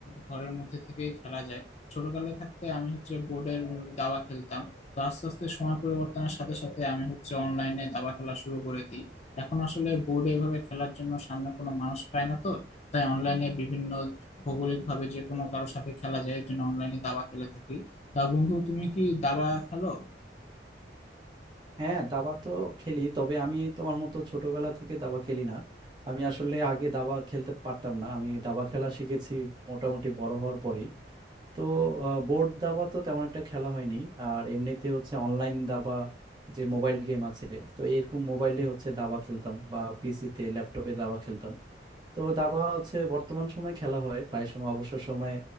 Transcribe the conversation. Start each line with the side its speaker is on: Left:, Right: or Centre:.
Left: ঘরের মধ্যে থেকেই খেলা যায় ছোটকালে থাকতে আমি হচ্ছে বোর্ডের দাবা খেলতাম তো আস্তে আস্তে সময় পরিবর্তনের সাথে সাথে আমি হচ্ছে অনলাইনে দাবা খেলা শুরু করে দিই এখন আসলে বোর্ডে এভাবে খেলার জন্য সামনে কোনো মানুষ পায় না তো তাই অনলাইনে বিভিন্ন ভৌগোলিক ভাবে যে কোনো কারোর সাথে খেলা যায় এর জন্য অনলাইনে দাবা খেলে থাকি তা বন্ধু তুমি কি দাবা খেলো
Right: হ্যাঁ দাবা তো খেলি তবে আমি তোমার মতো ছোটবেলা থেকে দাবা খেলি না আমি আসলে আগে দাবা খেলতে পারতাম না আমি দাবা খেলা শিখেছি মোটামুটি বড় হওয়ার পরেই তো বোর্ড দাবা তো তেমন একটা খেলা হয়নি আর এমনিতে হচ্ছে অনলাইন দাবা যে মোবাইল গেম আছে তো এরকম মোবাইলে হচ্ছে দাবা খেলতাম বা পিসিতে ল্যাপটপে দাবা খেলতাম তো দাবা হচ্ছে বর্তমান সময়ে খেলা হয় প্রায় সময় অবসর সময়ে